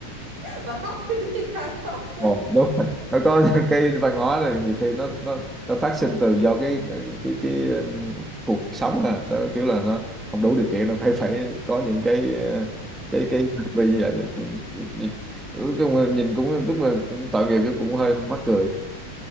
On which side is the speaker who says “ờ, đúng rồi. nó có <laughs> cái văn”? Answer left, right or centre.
Centre